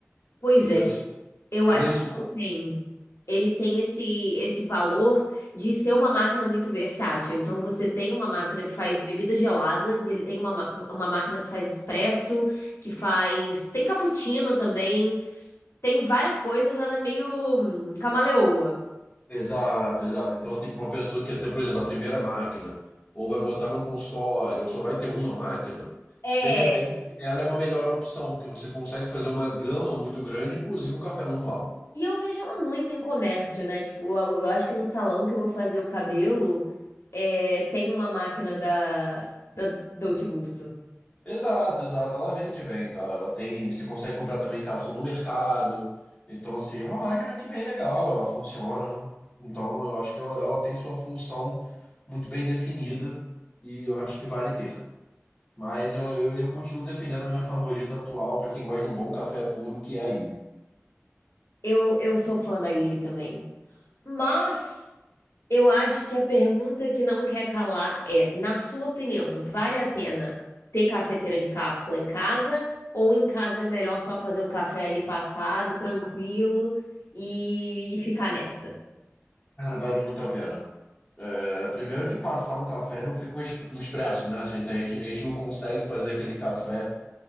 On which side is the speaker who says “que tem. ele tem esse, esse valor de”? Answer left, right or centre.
Left